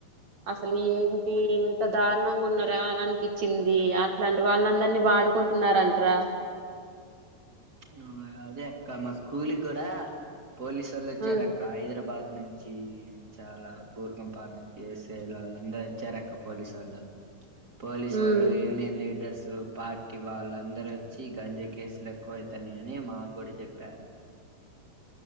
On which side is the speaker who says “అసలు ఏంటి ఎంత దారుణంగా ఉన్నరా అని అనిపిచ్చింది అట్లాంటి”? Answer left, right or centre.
Right